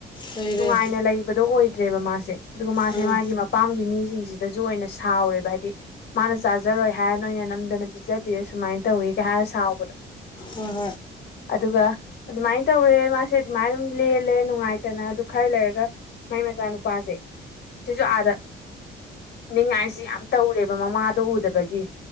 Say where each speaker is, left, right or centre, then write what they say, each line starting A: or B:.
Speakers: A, on the left; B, on the left.
A: ꯂꯩꯔꯦ
B: ꯅꯨꯡꯉꯥꯏꯅ ꯂꯩꯕꯗꯣ ꯑꯣꯏ ꯭ꯔꯦꯕ ꯃꯥꯁꯦ ꯑꯗꯨꯒ ꯃꯥꯁꯦ
A: ꯑꯥ
B: ꯃꯥꯒꯤ ꯃꯄꯥꯝꯒꯤ ꯃꯤꯁꯤꯡꯁꯤꯗꯁꯨ ꯑꯣꯏꯅ ꯁꯥꯎꯔꯦꯕ ꯍꯥꯏꯗꯤ ꯃꯥꯅ ꯆ ꯌꯥꯔꯣꯏ ꯍꯥꯏꯔ ꯅꯣꯏꯅ ꯅꯝꯗꯅ ꯄꯤꯖꯕꯤꯔꯦ ꯁꯨꯃꯥꯏꯅ ꯇꯧꯋꯤꯒꯩ ꯍꯥꯏꯔ ꯁꯥꯎꯕꯗꯣ
A: ꯎꯝ
B: ꯑꯗꯨꯒ ꯑꯗꯨꯃꯥꯏꯅ ꯇꯧꯔꯦ ꯃꯥꯁꯦ ꯑꯗꯨꯃꯥꯏꯅ ꯑꯗꯨꯝ ꯂꯦꯜꯂꯦ ꯅꯨꯡꯉꯥꯏꯇ ꯠꯇꯅ ꯑꯗꯨ ꯈꯔ ꯂꯩꯔꯒ ꯉꯥꯏ ꯃꯆꯥ ꯅꯨꯨꯄꯥꯁꯦ ꯁꯤꯁꯨ ꯑꯥꯗ ꯅꯤꯡꯉꯥꯏꯁꯤ ꯌꯥꯝ ꯇꯧꯔꯦꯕ ꯃꯃꯥꯗꯣ ꯎꯗꯕꯒꯤ